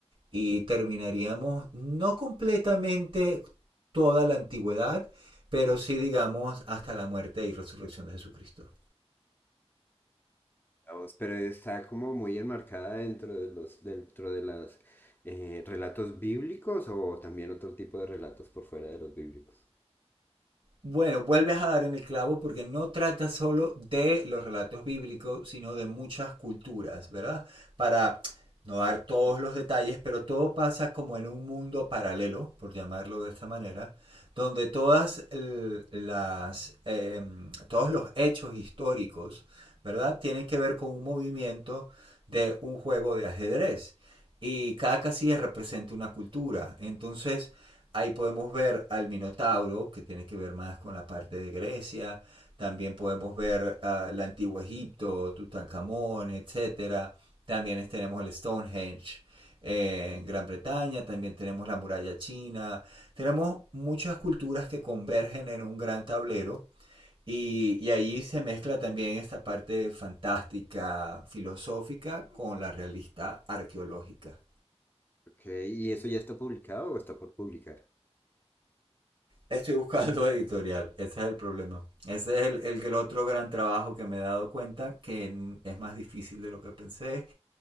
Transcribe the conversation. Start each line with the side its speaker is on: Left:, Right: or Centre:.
Right: y terminaríamos no completamente toda la antigüedad, pero sí digamos hasta la muerte y resurrección de Jesucristo.
Left: La voz, pero está como muy enmarcada dentro de los, dentro de las eh, relatos bíblicos o también otro tipo de relatos por fuera de los bíblicos.
Right: Bueno, vuelves a dar en el clavo porque no trata solo de los relatos bíblicos, sino de muchas culturas, ¿verdad? Para no dar todos los detalles, pero todo pasa como en un mundo paralelo, por llamarlo de esta manera, donde todas las, eh, todos los hechos históricos, ¿verdad? Tienen que ver con un movimiento de un juego de ajedrez y cada casilla representa una cultura. Entonces, Ahí podemos ver al Minotauro, que tiene que ver más con la parte de Grecia. También podemos ver uh, el antiguo Egipto, Tutankamón, etcétera. También tenemos el Stonehenge eh, en Gran Bretaña, también tenemos la muralla china. Tenemos muchas culturas que convergen en un gran tablero y, y, ahí se mezcla también esta parte fantástica, filosófica, con la realista arqueológica.
Left: Ok, ¿y eso ya está publicado o está por publicar?
Right: Estoy buscando <laughs> editorial, ese es el problema. Ese es el, el, el otro gran trabajo que me he dado cuenta que es más difícil de lo que pensé